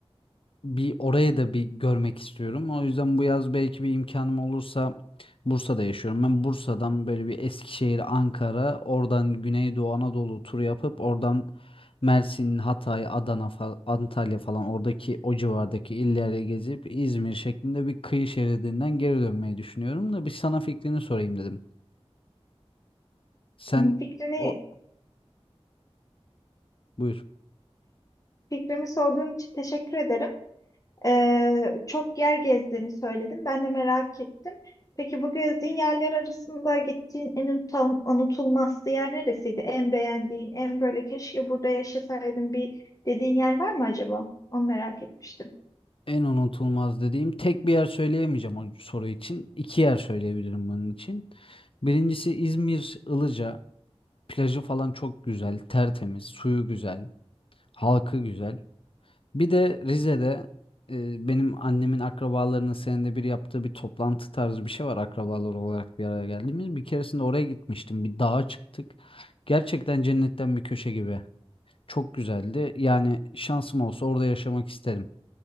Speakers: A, on the left; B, on the left.
A: bir orayı da bir görmek istiyorum. O yüzden bu yaz belki bir imkanım olursa Bursa'da yaşıyorum. Ben Bursa'dan böyle bir Eskişehir, Ankara, oradan Güneydoğu Anadolu turu yapıp oradan Mersin, Hatay, Adana, fa- Antalya falan oradaki o civardaki illere gezip İzmir şeklinde bir kıyı şeridinden geri dönmeyi düşünüyorum da bir sana fikrini sorayım dedim. Sen
B: Hmm, Fikrini
A: o buyur.
B: fikrimi sorduğun için teşekkür ederim. Ee, çok yer gezdiğini söyledin. Ben de merak ettim. Peki bu gezdiğin yerler arasında gittiğin en unutam- unutulmaz yer neresiydi? En beğendiğin, en böyle keşke burada yaşasaydım bir dediğin yer var mı acaba? Onu merak etmiştim.
A: En unutulmaz dediğim tek bir yer söyleyemeyeceğim o soru için. İki yer söyleyebilirim bunun için. Birincisi İzmir Ilıca. Plajı falan çok güzel, tertemiz, suyu güzel, halkı güzel. Bir de Rize'de e, benim annemin akrabalarının senede bir yaptığı bir toplantı tarzı bir şey var akrabalar olarak bir araya geldiğimiz. Bir keresinde oraya gitmiştim. Bir dağa çıktık. Gerçekten cennetten bir köşe gibi. Çok güzeldi. Yani şansım olsa orada yaşamak isterim.